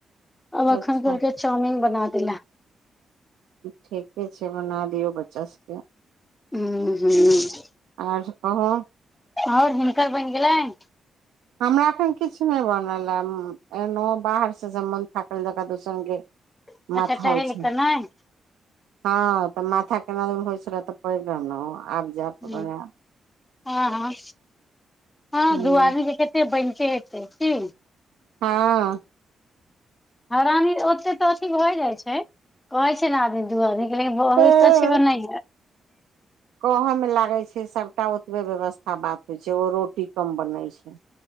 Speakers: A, on the left; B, on the right.
A: आब एखन
B: अच्छा
A: कहलकै चाउमिन बना दैले
B: ठीके छै बना दियौ बच्चा सब
A: उंहूँ
B: आर कहू
A: आओर हिनकर बनि गेलैन
B: हमरा एखन किछु नहि बनल ए एलौं हें बाहर से जे मन थाकल जकाँ दोसरे रंग के
A: <inaudible>
B: माथा
A: टहलि
B: होइ छै
A: कऽ नहि
B: हँ तऽ माथा केना दिन होइ छेलैये तऽ पड़ि रहलौं आब जायब तऽ
A: हूम्म
B: बनायब
A: हँ हँ हँ
B: हूँ
A: दु आदमी के केत त्ते बनिते हेतै की
B: हाँ
A: हरानी ओते तऽ अथी भए जाइ छै कहै छै ने आदमी दू आदमी लेकिन ब
B: हँ
A: होइ तऽ छै एनाहिये
B: कहऽ मे लागैत छै सभटा ओतबे व्यवस्था बात होइत छै ओ रोटी कम बनैत छै